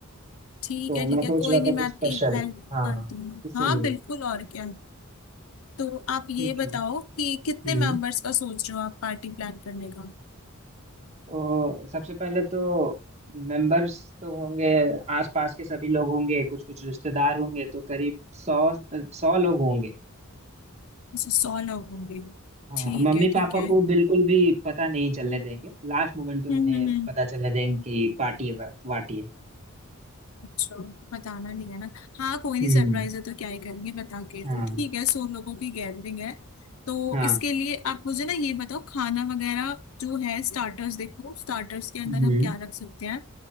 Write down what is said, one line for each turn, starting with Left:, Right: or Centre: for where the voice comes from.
Left: ठीक
Right: तो
Left: है ठीक
Right: मैं सोच
Left: है कोई
Right: रहा
Left: नहीं
Right: था कुछ
Left: मैं आपकी
Right: स्पेशल
Left: हेल्प
Right: हाँ
Left: करती हूँ
Right: इसीलिए
Left: हाँ बिल्कुल और क्या तो आप ये
Right: ठीक
Left: बताओ
Right: है
Left: कि कितने
Right: हम्म
Left: मेंबर्स का सोच रहे हो आप पार्टी प्लान करने का
Right: तो सबसे पहले तो मेंबर्स तो होंगे आसपास के सभी लोग होंगे कुछ कुछ रिश्तेदार होंगे तो करीब सौ सौ लोग होंगे
Left: अच्छा, सौ लोग होंगे
Right: हाँ
Left: ठीक
Right: मम्मी
Left: है
Right: पापा
Left: ठीक है
Right: को बिल्कुल भी पता नहीं चलने देंगे लास्ट मोमेंट पे उन्हें
Left: हम्म हम्म हम्म।
Right: पता चलने देंगे कि पार्टी है वार्टी है
Left: अच्छा बताना नहीं है ना हाँ कोई नहीं
Right: हम्म
Left: सरप्राइज है तो क्या ही करेंगे बता के
Right: हाँ
Left: तो ठीक है सौ लोगों की गैदरिंग है तो
Right: हाँ
Left: इसके लिए आप मुझे ना ये बताओ खाना वगैरह जो है स्टार्टर्स देखो स्टार्टर्स के अंदर
Right: हम्म
Left: हम क्या रख सकते हैं